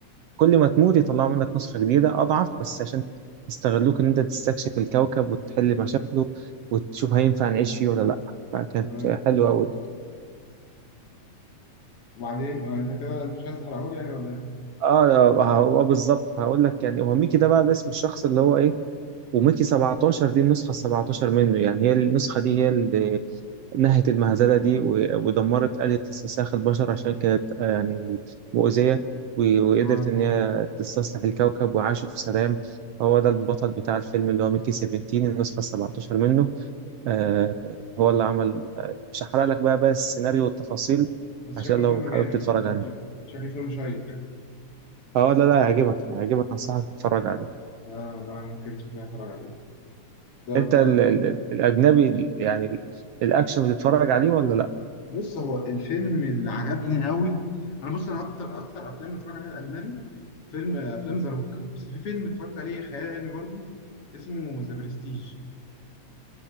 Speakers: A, on the right; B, on the left.
A: كل ما تموت يطلعوا منك نسخة جديدة أضعف بس عشان يستغلوك إن أنت تستكشف الكوكب وتحل مشاكله وتشوف هينفع نعيش فيه ولا لأ فكانت
B: تمام
A: حلوة أوي
B: وبعدين اه انت كده انت مش عايز تحرقهولي يعني ولا ايه
A: اه آه، هو بالظبط هقول لك يعني هو ميكي ده بقى ده اسم الشخص اللي هو ايه وميكي 17 دي النسخه ال 17 منه يعني هي النسخه دي هي اللي نهت المهزله دي و- ودمرت آلة استنساخ البشر عشان كانت آه، يعني مؤذيه و- وقدرت
B: اه
A: ان هي تستصلح الكوكب وعاشوا في سلام هو ده البطل بتاع الفيلم اللي هو ميكي 17 النسخه ال 17 منه آه هو اللي عمل آه، مش هحرق لك بقى بقى السيناريو والتفاصيل
B: بس
A: عشان
B: شكله
A: لو
B: فيلم
A: حابب
B: جامد
A: تتفرج
B: يعني شكله
A: عليه
B: شكله فيلم شيق
A: اه لا لا هيعجبك هيعجبك انصحك تتفرج عليه
B: اه لا انا كده شكلي هتفرج عليه طب
A: انت ال... ال... الاجنبي ال- يعني ال- الاكشن بتتفرج عليه ولا لا
B: بص هو الفيلم اللي عجبني قوي انا بص انا اكتر اكتر افلام اتفرج عليها اجنبي فيلم آه، افلام ذا روك بس في فيلم اتفرجت عليه خيال علمي برضو اسمه ذا برستيج